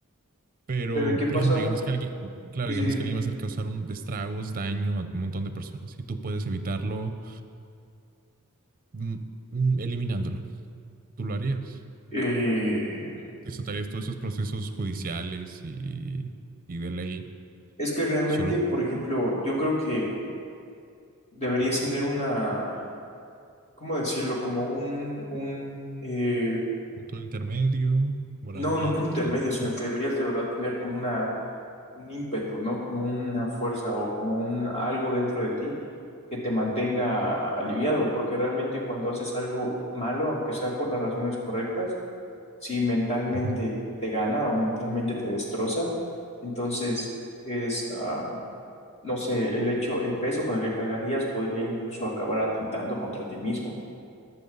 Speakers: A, on the right; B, on the left.
A: Pero,
B: Pero ¿y qué
A: por
B: pasa?
A: ejemplo, digamos que alguien, claro,
B: Sí,
A: digamos
B: sí, dime.
A: que alguien va a hacer causar un destragos, daño a un montón de personas y tú puedes evitarlo mm, mm, eliminándolo. Tú lo harías.
B: Eh,
A: Te saltarías todos esos procesos judiciales y, y de ley
B: es que realmente,
A: solo
B: por ejemplo, yo creo que deberías tener una, ¿cómo decirlo? Como un, un, eh,
A: punto intermedio, moralidad,
B: No, no un punto intermedio,
A: ética.
B: sino que deberías de verdad tener como una, un ímpetu, ¿no? Como una fuerza o como un algo dentro de ti que te mantenga aliviado, porque realmente cuando haces algo malo, aunque sea por las razones correctas, si mentalmente
A: Ujú.
B: te gana o mentalmente te destroza, entonces es, am, no sé, el hecho, el peso con el que cargarías podría incluso acabar atentando contra ti mismo,